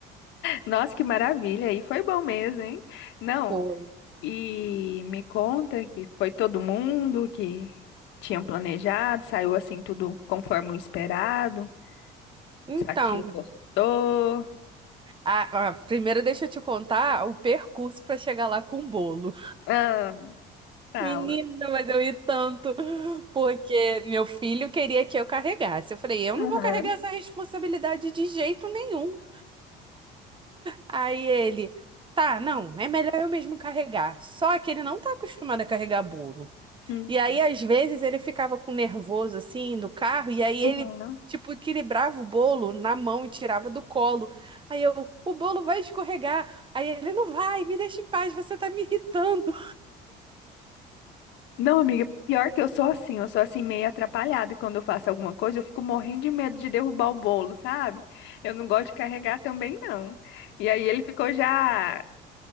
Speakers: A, on the left; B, on the right.
A: Nossa, que maravilha! E foi bom mesmo, hein? Não,
B: Foi.
A: e me conta que foi todo mundo que tinha planejado, saiu assim tudo conforme o esperado.
B: Então,
A: Sua tia gostou.
B: a, a- primeiro deixa eu te contar o percurso para chegar lá com o bolo.
A: Ah, fala.
B: Menina, mas eu ri tanto, porque meu filho queria que eu carregasse. Eu falei, eu
A: Aham.
B: não vou carregar essa responsabilidade de jeito nenhum. Aí ele, tá, não, é melhor eu mesmo carregar. Só que ele não tá acostumado a carregar bolo.
A: Uhum.
B: E aí, às vezes, ele ficava com nervoso assim no carro, e aí
A: Uhum.
B: ele, tipo, equilibrava o bolo na mão e tirava do colo. Aí eu, o bolo vai escorregar. Aí ele, não vai, me deixa em paz, você tá me irritando.
A: Não, amiga, pior que eu sou assim, eu sou assim meio atrapalhada e quando eu faço alguma coisa, eu fico morrendo de medo de derrubar o bolo, sabe? Eu não gosto de carregar também, não. E aí ele ficou já,